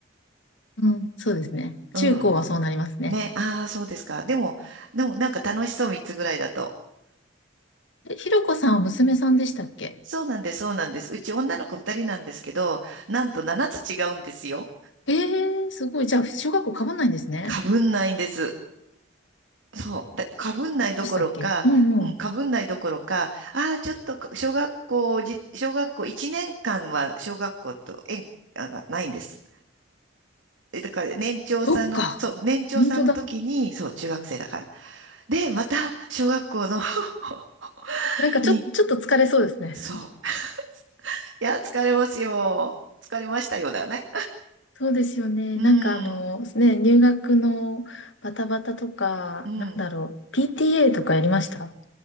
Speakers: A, on the left; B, on the right.
A: うん、そうですね。
B: ーンうん。
A: 中高はそうなりますね。
B: ね、ああ、そうですか。でも、でもなんか楽しそう3つぐらいだと。
A: え、ひろこさんは娘さんでしたっけ
B: そうなんです、そうなんです。うち女の子2人なんですけど、なんと7つ違うんですよ。
A: ええー、すごい。じゃあ、小学校被んないんですね。
B: かぶんないんです。そう。だかぶんないどころか、
A: でしたっけうんうん。
B: うん、かぶんないどころか、ああ、ちょっとか小学校じ、小学校1年間は小学校と縁あがないんです。えだから年長さんの、
A: そっか。
B: そう、年長さんの時に、
A: 本当だ。
B: そう、中学生だから。で、また小学校の <laughs>
A: なんかちょ、
B: に、
A: っとちょっと疲れそうですね。
B: そう。いや、疲れますよ。疲れましたよだよね。
A: そうですよね。
B: うん、
A: なんかあの、ね、入学のバタバタとか、
B: うん。
A: なんだろう。PTA とかやりました